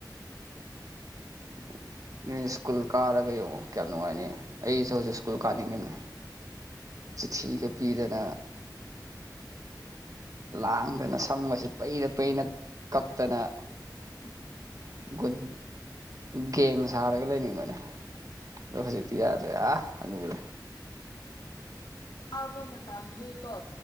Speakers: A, on the right (about 50°); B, on the left (about 75°).
A: <inaudible> ꯃꯤ ꯁ꯭ꯀꯨꯜ ꯀꯥꯔꯒ ꯌꯦꯡꯑꯣ ꯀꯌꯥꯝ ꯅꯨꯡꯉꯥꯏꯅꯤ ꯑꯩꯁꯨ ꯍꯧꯖꯤꯛ ꯁ꯭ꯀꯨꯜ ꯀꯥꯅꯤꯡꯉꯤꯕꯅꯦ ꯆꯤꯊꯤꯒ ꯄꯤꯗꯅ ꯂꯥꯡꯗꯅ ꯁꯝꯒꯁꯤ ꯄꯩꯔ ꯄꯩꯅ ꯀꯛꯇꯅ
B: <unintelligible>
A: ꯒꯨꯟ ꯒꯦꯡ ꯁꯥꯔꯒ ꯂꯩꯅꯤꯡꯕꯅꯦ ꯑꯗꯣ ꯍꯧꯖꯤꯛꯇꯤ ꯌꯥꯗ꯭ꯔꯦ ꯑꯥ ꯍꯅꯨꯔꯦ
B: ꯉꯥꯎꯕ ꯃꯇꯝꯗꯤꯀꯣ